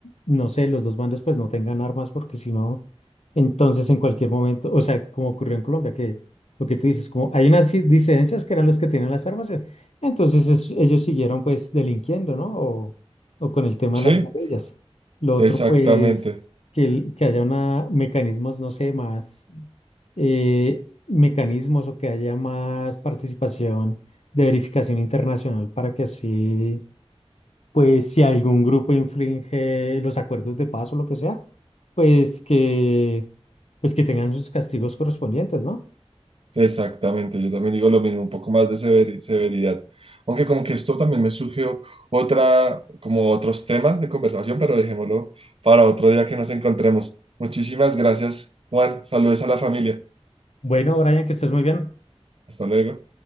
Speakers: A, on the left (about 75°); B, on the right (about 60°).
A: no sé, los dos bandos pues no tengan armas porque si no, entonces en cualquier momento, o sea, como ocurrió en Colombia, que lo que tú dices, como hay unas dis- disidencias que eran los que tenían las armas, eh, entonces es- ellos siguieron pues delinquiendo, ¿no? O, o con el tema
B: Sí,
A: de las guerrillas. Lo otro,
B: exactamente,
A: pues, que, el- que haya una, mecanismos, no sé, más eh, mecanismos o que haya más participación de verificación internacional para que así, pues si algún grupo infringe los acuerdos de paz o lo que sea, pues que, pues que tengan sus castigos correspondientes, ¿no?
B: exactamente. Yo también digo lo mismo, un poco más de severi- severidad. Aunque como que esto también me surgió otra, como otros temas de conversación, pero dejémoslo para otro día que nos encontremos. Muchísimas gracias, Juan. Saludos a la familia.
A: Bueno, Brian, que estés muy bien.
B: Hasta luego.